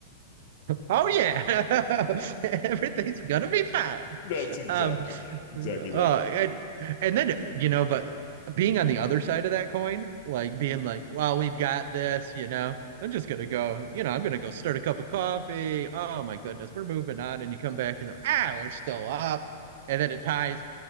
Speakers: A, on the right; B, on the left.
A: Oh yeah. <laughs> Everything's gonna be fine.
B: That's exactly,
A: um
B: exactly
A: uh
B: right.
A: and and then you know but being on the other side of that coin like being like well we've got this you know i'm just gonna go you know i'm gonna go start a cup of coffee oh my goodness we're moving on and you come back and ah we're still up and then it ties